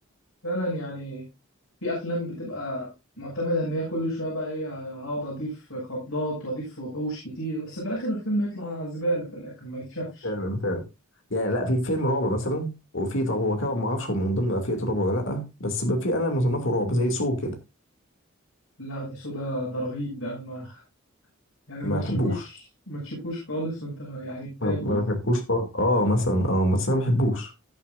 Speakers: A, on the left; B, on the left.
A: فعلا يعني في افلام بتبقى معتمده ان هي كل شويه بقى ايه هقعد اضيف خضات واضيف وحوش كتير بس في الاخر الفيلم يطلع زباله في الاخر ما يتشافش
B: فعلا فعلا يعني لا في فيلم رعب مثلا وفي طب هو كده ما اعرفش هو من ضمن فئة الرعب ولا لا بس بقى في انا مصنفه رعب زي سو كده
A: لا ده سودا ده رهيب ده ما <laughs> يعني ما
B: ما
A: تشوفوش
B: بحبوش
A: ما تشوفوش خالص وانت يعني بتاكل
B: ما ما بحبوش خالص اه مثلا اه بس انا ما بحبوش